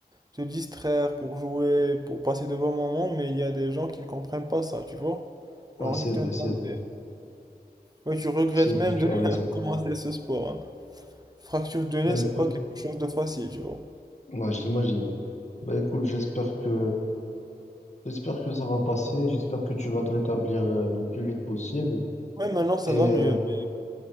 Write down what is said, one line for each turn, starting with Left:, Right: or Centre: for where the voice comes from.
Right: te distraire, pour jouer, pour passer de bons moments, mais il y a des gens qui ne comprennent pas ça, tu vois.
Left: Ouais,
Right: Genre,
Left: c'est
Right: ils te
Left: vrai,
Right: donnent
Left: c'est vrai.
Right: des- Oui, tu regrettes
Left: C'est vrai,
Right: même
Left: tu
Right: de
Left: as raison.
Right: <laughs> commencer ce sport. hein. Fracture de nez,
Left: Bah
Right: c'est
Left: écoute,
Right: pas quelque chose de facile, tu vois.
Left: ouais, j'imagine. Bah écoute, j'espère que, j'espère que ça va passer. J'espère que tu vas te rétablir euh, le plus vite possible.
Right: Ouais, maintenant ça
Left: Et
Right: va
Left: euh,
Right: mieux. mais